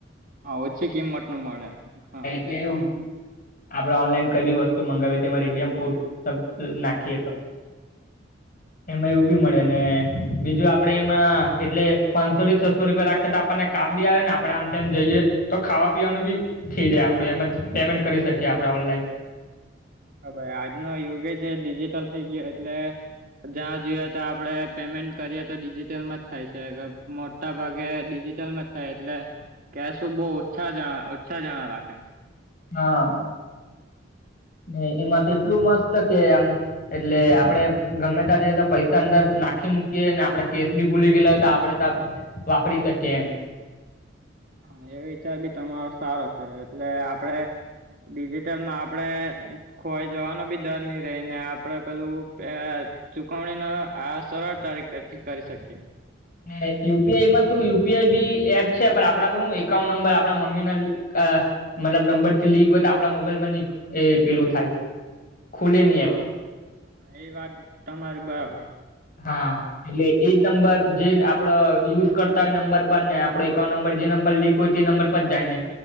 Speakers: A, on the right; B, on the left.
A: હા ઓછી કિંમત નું મળે હા
B: કેવું આપડે ઓનલાઈન કઈ બી વસ્તુ મંગાવીએ તે રિડીમ કોડ નાખીએ તો એમાં એવું બી મળે ને બીજું આપડે એમાં એટલે પાંચસો થી છસો રૂપિયા રાખીએ તો આપણને કામ બી આવે ને આપડે આમ તેમમ જઈએ તો ખાવા પીવાનું બી થઈ જાય આપડ એમજ પેમેન્ટ કરી શકીએ આપણે ઓનલાઈન
A: હા ભાઈ આજનો યુગ જ ડિજિટલ થઈ ગયો એટલે જ્યાં જોઈએ તો આપડે પેમેન્ટ કરીએ તો ડિજિટલમાં જ થાય છે મો મોટા ભાગે ડિજિટલ માં થાય એટલે કે શું બહુ ઓછા જણા ઓછા જણા રાખે
B: હા ને એમાં તો એટલું મસ્ત કે આમ એટલે આપડે ગમે ત જે રતે પૈસા અંદર નાખી મૂકીએ ને આપડે કેસ બી ભૂલી ગયેલા હોય તો આપડે તા વાપરી શકીએ એમ
A: હા એ વિચાર બી તમારો સારો છે એટલે આપડે ડિજિટલમાં આપડે ખોવાઈ જવાનો બી ડર ની રહી ને આપડે પેલું ચુકવણી નો આ સરળ તારીખથી કરી શકીએ
B: ને યુપીઆઈ માં શું યુપીઆઈ બી એપ છે પણ આપડા પર હું એકાઉન્ટ નંબર આપણા મમ્મી ના અ મતલબ નંબર ફીલીગ હોય તો આપડા મોબાઈલમાં ન એ પેલું થાય ખુલે ની
A: હા
B: એપ
A: એ વાત તમારી બરાબર
B: હા એટલે એજ નંબર જે આપડો યુઝ કરતા હોય નંબર પર ને આપડો એકાઉન્ટ નંબર જે નંબર લી કોઈ તે નંબર પર જાયને